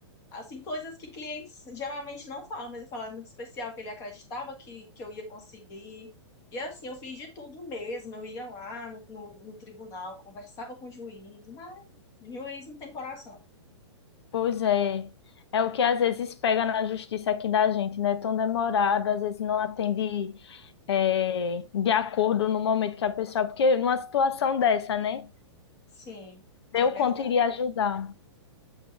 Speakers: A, on the left (about 20°); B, on the left (about 65°).
A: Assim, coisas que clientes geralmente não falam, mas ele falava muito especial, que ele acreditava que, que eu ia conseguir. E assim, eu fiz de tudo mesmo. Eu ia lá no, no, no tribunal, conversava com o juiz, mas o juiz não tem coração.
B: Pois é, é o que às vezes pega na justiça aqui da gente, né? Tão demorado, às vezes não atende é, de acordo no momento que a pessoa, porque numa situação dessa, né?
A: Sim,
B: Eu
A: é verdade.
B: quanto iria ajudar.